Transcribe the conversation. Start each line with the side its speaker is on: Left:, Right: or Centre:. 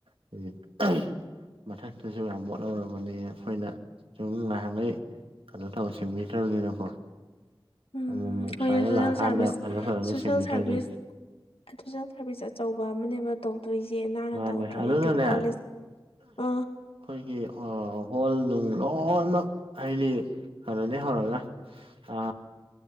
Right: <unintelligible> ꯃꯊꯛꯇꯁꯨ ꯌꯥꯝ ꯃꯣꯠ ꯂꯧꯔꯕꯅꯦ ꯑꯩꯈꯣꯏꯅ ꯁꯨꯝ ꯅꯍꯥꯟꯉꯩ ꯑꯂꯣ ꯇ ꯁꯦꯡꯕꯤꯗ꯭ꯔꯕꯅꯤꯅꯀꯣ
Left: ꯎꯝ
Right: ꯑꯃꯨꯛ ꯑꯃꯨꯛ
Left: ꯍꯣꯏ
Right: ꯁꯨꯃꯥꯏꯅ
Left: ꯁꯣꯁꯦꯜ
Right: ꯂꯥꯛꯑꯀꯥꯟꯗ
Left: ꯁꯥꯔꯚꯤꯁ
Right: ꯐꯖ ꯐꯖꯅ
Left: ꯁꯣꯁꯦꯜ
Right: ꯁꯦꯡꯕꯤꯗ꯭ꯔꯗꯤ
Left: ꯁꯥꯔꯚꯤꯁ ꯑꯗꯨ ꯁꯥꯔꯚꯤꯁ ꯑꯆꯧꯕ ꯑꯃꯅꯦꯕ ꯑꯗꯣ ꯇꯣꯏꯁꯦ ꯅꯥꯅ
Right: ꯃꯥꯅꯦ
Left: ꯇꯧꯗ꯭ꯔꯦ
Right: ꯑꯗꯨꯅꯅꯦ
Left: ꯀꯣꯂꯦꯖ ꯑ
Right: ꯑꯩꯈꯣꯏꯒꯤ ꯍꯣꯜ ꯅꯨꯡ ꯂꯣꯏꯅꯃꯛ ꯍꯥꯏꯗꯤ ꯀꯩꯅꯣꯗꯒꯤ ꯍꯧꯔꯒ ꯑ